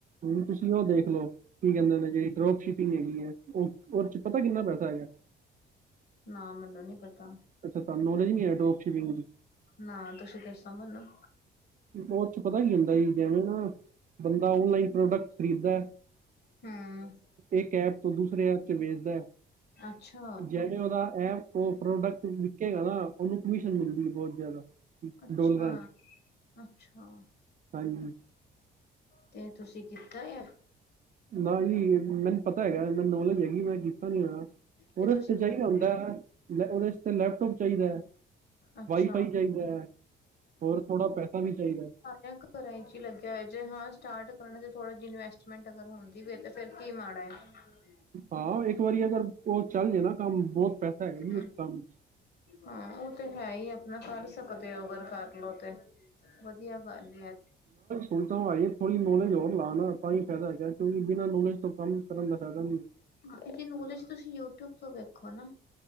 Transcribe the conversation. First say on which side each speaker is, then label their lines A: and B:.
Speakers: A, on the right; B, on the left.
A: ਹ ਤੁਸੀਂ ਉਹ ਦੇਖਲਓ, ਕੀ ਕਹਿੰਦੇ ਜਿਹੜੀ ਡਰੋਪ ਸ਼ਿਪਿੰਗ ਹੈਗੀ ਹੈ। ਉਹ ਚ' ਪਤਾ ਕਿੰਨਾ ਪੈਸਾ ਹੈਗਾ।
B: ਨਾ ਮੈਨੂੰ ਨੀ ਪਤਾ
A: ਅੱਛਾ ਤੁਹਾਨੂੰ ਨੋਲੇਜ ਨਹੀਂ ਹੈ ਅਡੋਪਟ ਸ਼ਰਿੰਗ ਦੀ
B: ਨਾ ਤੁਸੀਂ ਦੱਸੋ ਮੈਨੂੰ
A: ਉਹ ਚ ਪਤਾ ਕੀ ਹੁੰਦਾ ਇ ਜਿਵੇਂ ਨਾ ਬੰਦਾ ਔਨਲਾਈਨ ਪ੍ਰੋਡਕਟ ਖਰੀਦ ਏ
B: ਹੂੰ
A: ਇੱਕ ਐਪ ਤੋਂ ਦੂਸਰੇ ਐਪ ਚ ਵੇਚਦਾ ਹੈ
B: ਅੱਛਾ।
A: ਜੈ ਜਿਵੇਂ ਉਹਦਾ ਐ ਉਹ ਪ੍ਰੋਡਕਟ ਰੁੱਕੇਗਾ ਨਾ ਉਹਨੂੰ ਕਮਿਸ਼ਨ ਮਿਲਦੀ ਏ ਬਹੁਤ ਜ਼ਿਆਦਾ
B: ਅੱਛਾ-ਅੱਛਾ।
A: ਡੋਲਰਾਂ ਚ ਹਾਂਜੀ
B: ਤੇ ਏ ਤੁਸੀਂ ਕੀਤਾ ਆ
A: ਨਾ ਜੀ ਮੈਨੂੰ ਪਤਾ ਹੈਗਾ ਮੈਨੂੰ ਨੌਲੇਜ ਹੈਗੀ ਮੈਂ ਕੀਤਾ ਨੀ ਹੋਇਆ ਉਹਦੇ
B: ਤੇ ਤੁਸੀਂ
A: ਤਜਰੀਆ
B: ਕਰਦੇ
A: ਹੁੰਦਾ ਹੈ ਲੈ ਉਹਦੇ ਤੇ ਲੈਪਟੋਪ ਚਾਹੀਦਾ ਹੈ।
B: ਅੱਛਾ।
A: ਵਾਈਫਾਈ ਚਾਹੀਦਾ ਹੈ ਹੋਰ ਥੋੜਾ ਪੈਸਾ ਵੀ ਚਾਹੀਦਾ ਹੈ।
B: ਬੈਂਕ ਘਰਾਂ ਚ ਹੀ ਲੱਗਿਆ ਹੋਇਆ ਜੇ ਹਾਂ ਸਟਾਰਟ ਕਰਨ ਚ ਥੋੜਾ ਜ ਇਨਵੈਸਟਮੈਂਟ ਅਗਰ ਹੁੰਦੀ ਵੇ ਤੇ ਫਿਰ ਕੀ ਮਾਡਾ ਹੈ।
A: ਹਾਂ ਇੱਕ ਵਾਰੀ ਅਗਰ ਉਹ ਚੱਲ ਜੇ ਨਾ ਕੰਮ ਬਹੁਤ ਪੈਸਾ ਹੈਗਾ ਜੀ
B: ਹਮ
A: ਉਸ ਕੰਮ ਚ
B: ਹਾਂ ਉਹ ਤੇ ਹੈ ਹੀ ਆਪਣਾ ਕਰ ਸਕਦੇ ਹੋ ਅਗਰ ਕਰਲੋ ਤੇ ਵਧੀਆ ਬਣ ਰਿਹਾ
A: ਹੁਣ ਤਾਂ ਬਾਈ ਥੋੜੀ ਨੋਲੇਜ ਹੋਣ ਤਾਂ ਨਾ ਤਾਂ ਹੀ ਫਾਇਦਾ ਹੈਗਾ ਕਿਉਂਕਿ ਬਿਨਾਂ ਨੌਲੇਜ ਤੋਂ ਕੰਮ ਕਰਨ ਦਾ ਫਾਇਦਾ ਨਹੀਂ ਏ
B: ਹਾਂਜੀ ਉਹਦੇ ਚ ਤੁਸੀਂ ਯੂਟੀਊਬ ਤੋਂ ਵੇਖੋ ਨਾ